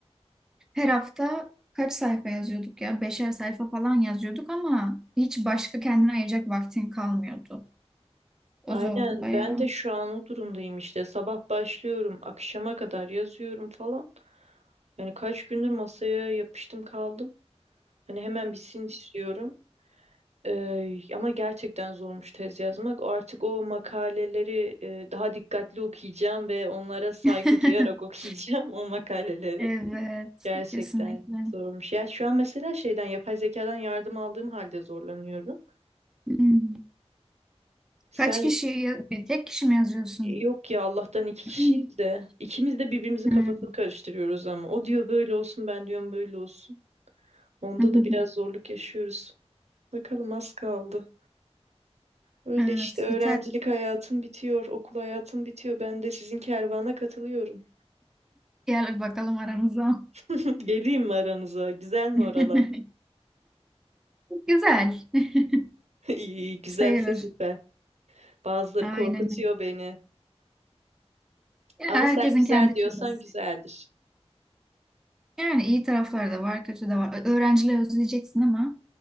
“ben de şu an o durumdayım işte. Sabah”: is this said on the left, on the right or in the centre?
Right